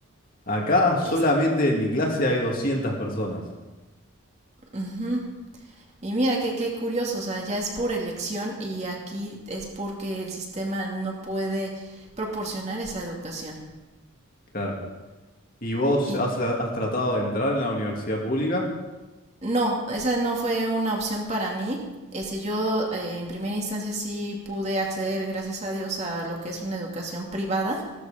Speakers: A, on the left; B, on the right.
A: Acá solamente
B: Es,
A: en mi clase hay 200 personas.
B: ujú. Y mira, qué, qué curioso, o sea, ya es por elección y aquí es porque el sistema no puede proporcionar esa educación.
A: Claro. ¿Y vos
B: Y
A: has, has tratado de entrar en la universidad pública?
B: no, esa no fue una opción para mí. Ese, yo eh, en primera instancia sí pude acceder, gracias a Dios, a lo que es una educación privada.